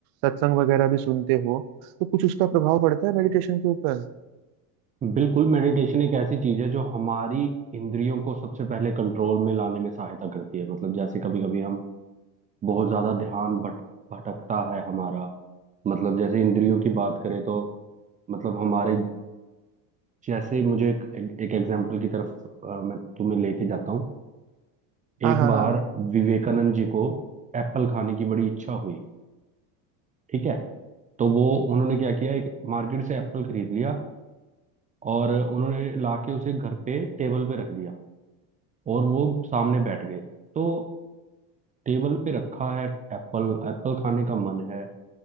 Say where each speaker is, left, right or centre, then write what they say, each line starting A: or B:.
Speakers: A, on the right (about 50°); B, on the right (about 15°).
A: सत्संग वगैरह भी सुनते हो तो कुछ उसका प्रभाव पड़ता है मेडिटेशन के ऊपर
B: बिल्कुल मेडिटेशन एक ऐसी चीज है जो हमारी इंद्रियों को सबसे पहले कंट्रोल में लाने में सहायता करती है मतलब जैसे कभी कभी हम बहुत ज्यादा ध्यान भट भटकता है हमारा मतलब जैसे इंद्रियों की बात करें तो मतलब हमारे जैसे ही मुझे एक एक एग्जांपल की तरफ अ, मैं तुम्हें लेके जाता हूँ एक
A: हाँ हाँ
B: बार
A: हाँ हाँ
B: विवेकानंद जी को एप्पल खाने की बड़ी इच्छा हुई ठीक है तो वो उन्होंने क्या किया एक मार्केट से एप्पल खरीद लिया और उन्होंने लाके उसे घर पे टेबल पे रख दिया और वो सामने बैठ गए तो टेबल पे रखा है एप्पल एप्पल खाने का मन है